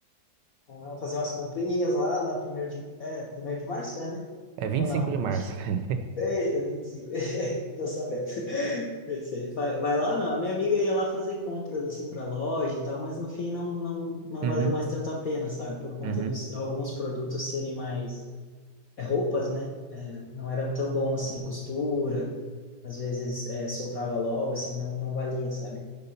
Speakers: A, on the left; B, on the right.
A: Vamos fazer umas comprinhas lá na primeiro de, é, primeiro de março, é, né?
B: É vinte
A: Ou
B: e
A: não?
B: cinco de março. <laughs>
A: Eita, vinte e cinco <laughs> Tô sabendo. Pensei, Vai, vai lá ou não? A minha amiga ia lá fazer compras, assim, pra loja e tal, mas no fim não, não, não
B: Uhum,
A: valeu mais tanto a pena, sabe? Por conta
B: uhum.
A: dos alguns produtos serem mais... É, roupas, né? Não eram tão bom, assim, a costura. Às vezes é, soltava logo, assim, não, não valia, sabe?